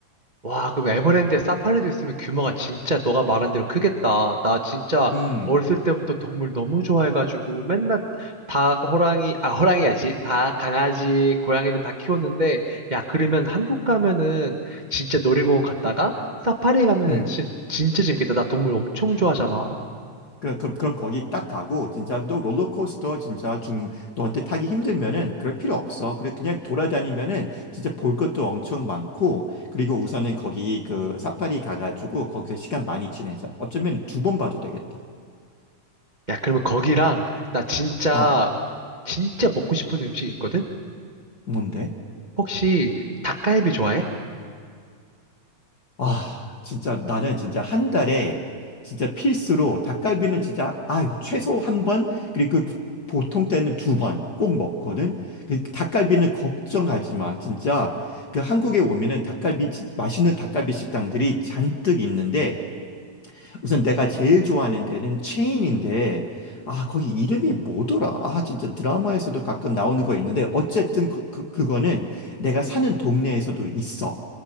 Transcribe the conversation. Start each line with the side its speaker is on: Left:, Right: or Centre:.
Right: 와, 그럼 에버랜드에 사파리도 있으면 규모가 진짜 너가 말한 대로 크겠다. 나 진짜
Left: 음.
Right: 어렸을 때부터 동물 너무 좋아해가지고 맨날 닭, 호랑이, 아, 호랑이야지. 닭, 강아지, 고양이들 다 키웠는데, 야, 그러면 한국 가면은 진짜 놀이공원 갔다가 사파리 가면은
Left: 음.
Right: 진짜, 진짜 재밌겠다. 나 동물 엄청 좋아하잖아.
Left: 그, 그, 그럼 거기 딱 가고 진짜 너 롤러코스터 진짜 좀 너한테 타기 힘들면은 그럴 필요 없어. 그래 그냥 돌아다니면은 진짜 볼 것도 엄청 많고 그리고 우선은 거기 그 사파리 가가지고 거기서 시간 많이 지내자. 어쩌면 두 번 봐도 되겠다.
Right: 야, 그러면 거기랑 나 진짜,
Left: 어,
Right: 진짜 먹고 싶은 음식 있거든?
Left: 뭔데?
Right: 혹시 닭갈비 좋아해?
Left: 아, 진짜 나는 진짜 한 달에 진짜 필수로 닭갈비는 진짜 아유, 최소 한 번, 그리고 그 보통 때는 두 번 꼭 먹거든. 그 닭갈비는 걱정하지 마. 진짜 그 한국에 오면은 닭갈비 진- 맛있는 닭갈비 식당들이 잔뜩 있는데 우선 내가 제일 좋아하는 데는 체인인데, 아, 거기 이름이 뭐더라? 아, 진짜 드라마에서도 가끔 나오는 거 있는데, 어쨌든 그, 그, 그거는 내가 사는 동네에서도 있어.